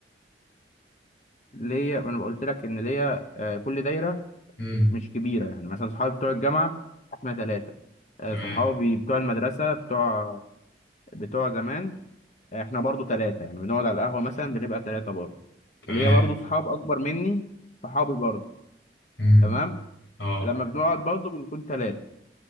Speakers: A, on the left; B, on the left.
A: ليا ما انا قلت لك ان ليا آه كل دايرة
B: امم
A: مش كبيرة يعني مثلا صحابي بتوع الجامعة احنا تلاتة آه
B: تمام
A: صحابي بتوع المدرسة بتوع بتوع زمان آه، احنا برضه تلاتة يعني بنقعد على القهوة مثلا بنبقى تلاتة برضه
B: تمام
A: وليا برضه صحاب أكبر مني صحابي برضه
B: امم
A: تمام
B: اه
A: لما بنقعد برضه بنكون تلاتة